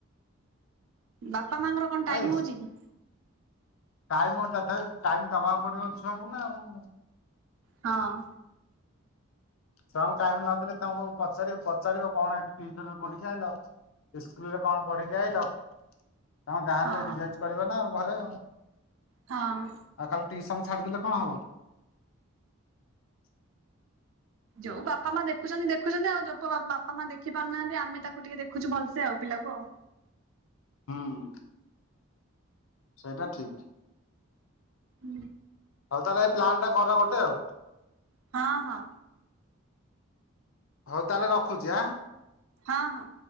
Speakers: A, on the right (about 70°); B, on the left (about 70°).
A: ବାପା ମା ଙ୍କର କଣ ଟାଇମ
B: ଏଇ
A: ହଉଛି କି।
B: ଟାଇମ ହଉନି ତଥାପି ଟାଇମ ଦବାକୁ ପଡିବ ଛୁଆଙ୍କୁ ନା ଆଉ।
A: ହଁ।
B: ଛୁଆଙ୍କୁ ଟାଇମ ନଦେଲେ ତାଙ୍କୁ ପଚାରିବ ପଚାରିବ କଣ ହେଠୁ ଟିଉସନ ରେ ପଢିକି ଆଇଲ। ଇସ୍କୁଲରେ କଣ ପଢିକି ଆଇଲ ତମେ ଯାହାହେଲେ
A: ହଁ
B: ରିଭାଇଜ କରିବ ନା ଆଉ ଘରେ।
A: ହଁ।
B: ଆଉ ଖାଲି ଟିଉସନ ଛାଡିଦେଲେ କଣ ହବ।
A: ଯୋଉ ବାପା ମା ଦେଖୁଛନ୍ତି ଦେଖୁଛନ୍ତି, ଆଉ ଯୋଉ ବାପା ମା ଦେଖି ପାରୁନାହାନ୍ତି, ଆମେ ତାକୁ ଟିକେ ଦେଖୁଛୁ ଭଲସେ ଆଉ ପିଲାକୁ ଆଉ।
B: ହୁଁ। ସେଇଟା ଠିକ।
A: ହୁଁ।
B: ହଉ ତାହାଲେ ଏଇ ପ୍ଲାନ୍ ଟା କର ଗୋଟେ ଆଉ।
A: ହଁ ହଁ
B: ହଉ ତାହେଲେ ରଖୁଛି ଆଁ।
A: ହଁ ହଁ।